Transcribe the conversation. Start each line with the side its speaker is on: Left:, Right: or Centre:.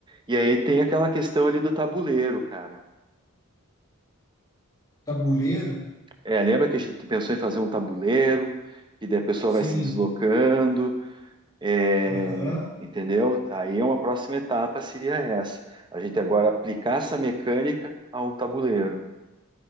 Right: e aí tem aquela questão ali do tabuleiro, cara.
Left: Tabuleiro?
Right: É, lembra que a gente pensou em fazer um tabuleiro, que daí a pessoa
Left: Sim,
Right: vai se deslocando, é,
Left: aham.
Right: entendeu? Aí uma próxima etapa seria essa. A gente agora aplicar essa mecânica a um tabuleiro.